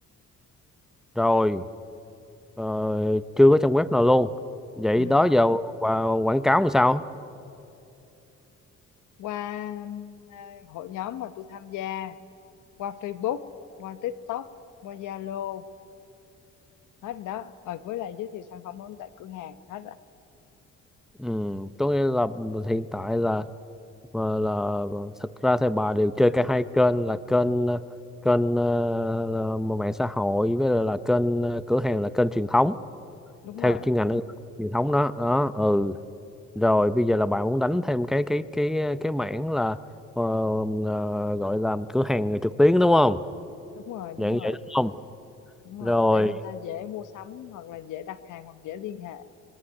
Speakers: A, in the centre; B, on the left.
A: rồi ờ, chưa có trang web nào luôn vậy
B: Ừ,
A: đó giờ và quảng cáo làm sao
B: qua um, à, hội nhóm mà tôi tham gia, qua Facebook, qua TikTok, qua Zalo, hết rồi đó. Rồi với lại giới thiệu sản phẩm mới tại cửa hàng, hết rồi.
A: ừ, có nghĩa là hiện tại là là, là thật ra thì bà đều chơi cả hai kênh là kênh ờ, kênh ờ, là mạng xã hội với lại là kênh ờ, cửa hàng là kênh truyền thống
B: Đúng
A: theo
B: rồi,
A: chuyên ngành truyền thống đó đó ừ Rồi bây giờ là bạn muốn đánh thêm cái cái cái cái mảng là ờ, ờ, gọi là cửa hàng trực tuyến đúng không?
B: đúng rồi, đúng
A: Dạng
B: rồi.
A: vậy đúng không?
B: Đúng rồi,
A: Rồi,
B: để người ta dễ mua sắm hoặc là dễ đặt hàng hoặc dễ liên hệ.